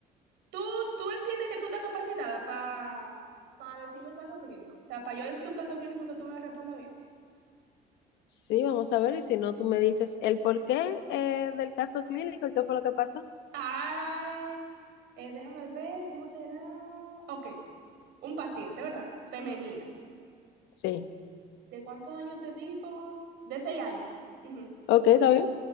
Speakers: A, on the right; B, on the left.
A: Tú, tú entiendes que tú estás capacitada para para decirme un caso clínico. O sea, para yo decirte un caso clínico que tú me la respondas bien.
B: Sí, vamos a ver, y si no, tú me dices el porqué eh, del caso clínico y qué fue lo que pasó.
A: Ah, eh, déjame ver, ¿cómo será? Ok, un paciente, ¿verdad? Femenina.
B: Sí,
A: ¿De cuántos años te digo? De seis años. Ujú.
B: ok, está bien.